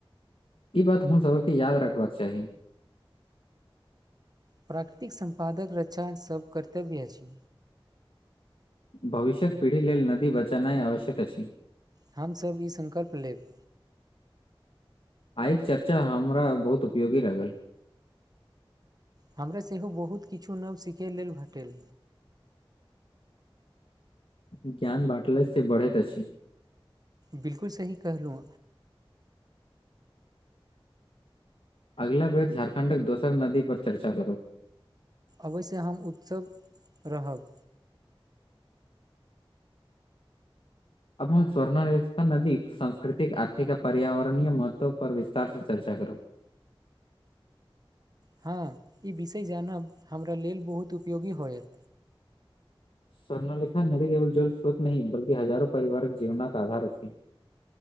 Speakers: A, on the left; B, on the right.
A: ई बात हम सब के याद रखबाक चाही
B: प्राकृतिक सम्पादक रक्षा सब कर्तव्य अछि
A: भविष्यक पिढ़ी लेल नदी बचेनाइ आवश्यक अछि
B: हम सब ई संकल्प लेब
A: आइक चर्चा हमरा बहुत उपयोगी लागल
B: हमरा सेहो बहुत किछु नव सिखै लेल भेटल
A: ज्ञान बाटला से बढ़ैत अछी
B: बिलकुल सही कहलु
A: अगिला बेर झारखण्डक दोसर नदी पर चर्चा करब
B: अवस्य हम उत्सव रहब
A: अपन स्वर्ण <unintelligible> नदीक सांस्कृतिक आर्थिक आ पर्यावरणीय महत्व पर विस्तार से चर्चा करब
B: हँ ई विषय जानब हमरा लेल बहुत उपयोगी होयत
A: स्वर्णलेखा नदी केवल जल स्रोत नह बल्कि हजारो परिवारक जीवनक आधार अछि